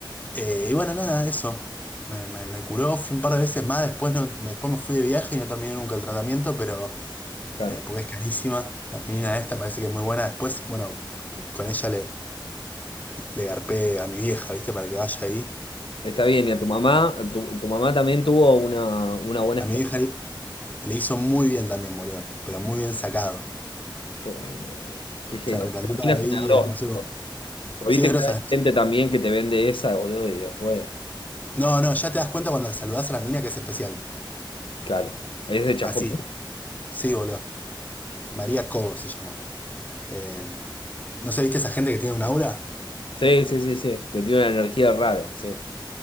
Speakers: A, on the left; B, on the left.
A: Eh, y bueno, nada, eso. Me, me, me curó, fui un par de veces más, después, no, después me fui de viaje y no terminé nunca el tratamiento, pero
B: Claro.
A: eh, porque es carísima. La mina esta parece que es muy buena. Después, bueno, c- con ella le, le garpé a mi vieja, ¿viste? Para que vaya ahí.
B: Está bien, y a tu mamá, tu, tu mamá también tuvo una, una buena
A: A
B: experiencia.
A: mi vieja le, le hizo muy bien también, boludo, pero muy bien sacado.
B: Qué bueno, boludo. Qué gero.
A: Se replanteó
B: La
A: toda
B: mina es
A: la
B: una
A: vida,
B: grosa.
A: no sé cómo.
B: boludo. Porque
A: Sí,
B: viste
A: es grosa.
B: que hay
A: es grosa.
B: gente también que te vende esa, boludo, y después.
A: No, no, ya te das cuenta cuando saludás a la mina que es especial.
B: Claro. Es de Chascomú.
A: Así. Sí, boludo. María Cobo se llama. Eh, ¿no sé, viste esa gente que tiene un aura?
B: Sí, sí, sí, sí. Que tiene una energía rara. Sí.